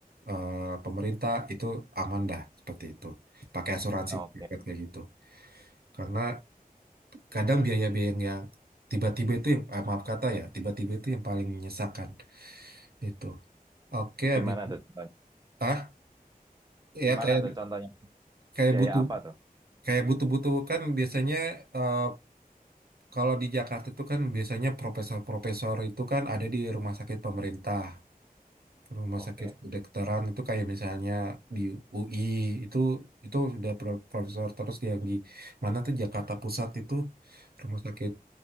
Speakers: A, on the right (about 85°); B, on the right (about 25°).
A: eh, pemerintah itu aman dah seperti itu. Pakai asuransi
B: Oke,
A: privat kayak gitu. Karena kadang biaya-biaya yang yang tiba-tiba itu yang eh, maaf kata ya, tiba-tiba itu yang paling menyesakan itu. Oke,
B: Gimana
A: habis
B: tuh contohnya?
A: ah ya
B: Gimana
A: kayak
B: tuh contohnya?
A: kayak
B: Biaya
A: butuh
B: apa tuh?
A: kayak butuh-butuh kan biasanya eh, Kalau di Jakarta itu kan biasanya profesor-profesor itu kan ada di rumah sakit pemerintah, rumah
B: Oke.
A: sakit kedokteran itu kayak misalnya di UI itu itu sudah pro- profesor terus yang di mana tuh Jakarta Pusat itu rumah sakit